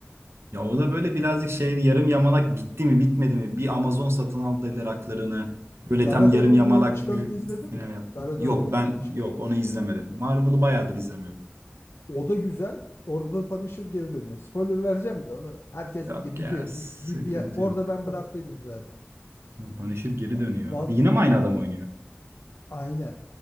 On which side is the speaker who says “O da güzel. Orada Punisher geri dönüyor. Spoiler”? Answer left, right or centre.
Left